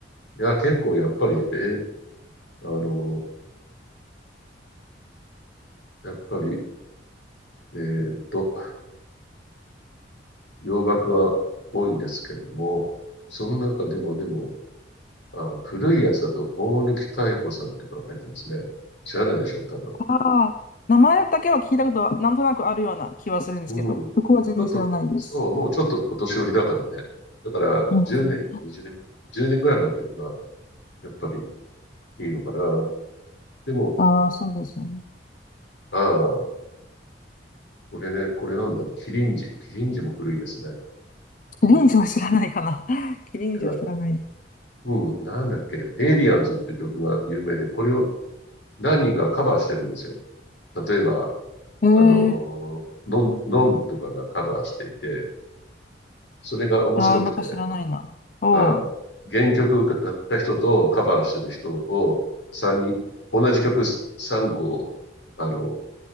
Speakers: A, on the left (about 75°); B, on the left (about 45°).
A: いや、結構やっぱり、えーあの、やっぱり、えーっと、洋楽は多いんですけども、その中でもでも、あ、古いやつだと大貫妙子さんとかが入ってますね。知らないでしょう、多分。
B: ああ、名前だけは聞いたことはなんとなくあるような気はするんですけど、
A: うん。ちょっと、
B: そこは全然知らないです。
A: そう、もうちょっとお年寄りだからね。だから10年、
B: うん。
A: 20年、10年ぐらいまでの曲がやっぱりいいのかな。でも、
B: ああ、そうですよね。
A: ああ、これね、これなんだ、キリンジ。キリンジも古いですね。
B: キリンジは知らないかな。
A: うん。
B: <laughs> キリンジは知らない。
A: やばい。うん、なんだっけ、エイリアンズって曲が有名で、これを何人かカバーしてるんですよ。例えば、
B: ええ
A: あの、のん、のんとかがカバーしていて、それが面白くて、
B: ああー、なんか知らないな。おお。
A: ああ、原曲だった人とカバーしてる人を三人、同じ曲3個、あの、